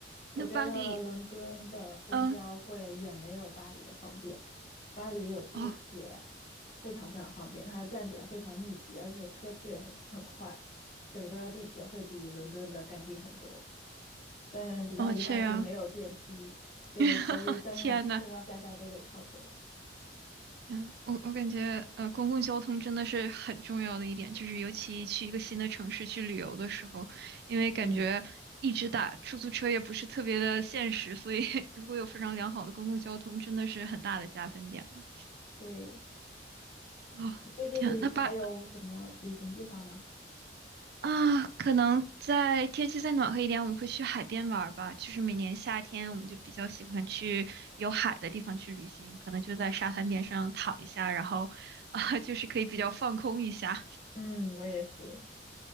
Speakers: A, on the right; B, on the left.
A: 那巴黎，
B: 我觉得伦敦的公交会远没有巴黎的方便，
A: 嗯，
B: 巴黎有地铁，
A: 哦
B: 非常非常方便，它的站点非常密集，而且车次也很很快，整个地铁会比伦敦的干净很多。但比较遗憾是没有电梯，
A: 哦，这样，
B: 就所以上下上上下下都得靠走。
A: <laughs> 天呐，天呐，我我感觉呃，公共交通真的是很重要的一点，就是尤其去一个新的城市去旅游的时候，因为感觉一直打出租车也不是特别的现实，
B: 嗯，
A: 所以 <laughs> 如果有非常良好的公共交通，真的是很大的加分点了。
B: 对，
A: 哦，
B: 你最近还有什么旅行计划吗？
A: 天呐，那巴啊，可能在天气再暖和一点，我们会去海边玩儿吧。就是每年夏天，我们就比较喜欢去有海的地方去旅行，可能就在沙滩边上躺一下，然后啊，就是可以比较放空一下，
B: 嗯，我也是，